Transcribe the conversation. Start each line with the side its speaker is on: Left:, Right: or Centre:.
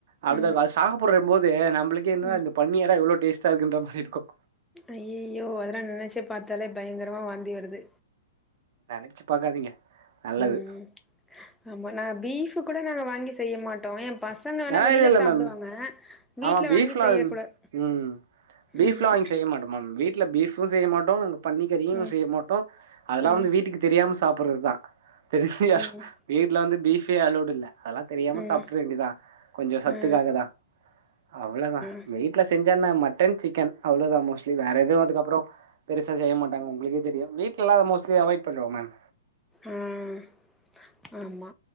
Right: அப்படிதா
Centre: ம்
Right: இருக்கு அத சாப்படுறம்போது நம்பளுக்கே என்ன
Centre: ம்
Right: இந்த பன்னியல்லா எவ்ளோ டேஸ்ட்டா இருக்குன்ற மாரி இருக்கும்
Centre: அயோ அதெல்லாம் நினைச்சே பார்த்தாலே பயங்கரமா வாந்தி வருது
Right: நனச்சி பாக்காதீங்க நல்லது
Centre: உம் ஆமா நா பீஃ கூட நாங்க வாங்கி செய்ய மாட்டோ எ பசங்க வேணா
Right: ஆ
Centre: வெளியில
Right: இல்ல இல்ல
Centre: சாப்டுவாங்க
Right: மேம்
Centre: வீட்ல
Right: ஆமா பீப்ல்லா
Centre: வாங்கி செய்யக்கூடாது
Right: இருக்ங் உம் பீஃப்ல்லா
Centre: ம்
Right: வாங்கி செய்ய மாட்டோ மேம் வீட்டுல பீபும் செய்ய மாட்டோ பன்னிக்கறியு
Centre: ம்
Right: செய்ய மாட்டோ அதெல்லா
Centre: ம்
Right: வந்து வீட்டுக்கு தெரியாம சாப்பறது தா தெரிப்ய்யா
Centre: ம்
Right: வீட்டுல வந்து பீஃபே அலோடு இல்ல அதலா தெரியாம
Centre: ம்
Right: சாப்டற வேண்டிதா கொஞ்சோ சத்துக்காகதா
Centre: ஆ
Right: அவ்ளோதா
Centre: ஆ
Right: வீட்ல செஞ்சா என்னா மட்டன் சிக்கன் அவ்ளோதா மோஸ்லி வேற எதுவு அதுக்கப்றோ பெருசா செய்ய மாட்டாங்க ஒங்களுக்கே தெரியு வீட்ல எல்லா அத மோஸ்லி அவாய்ட் பண்னுவே மேம்
Centre: உம் ஆமா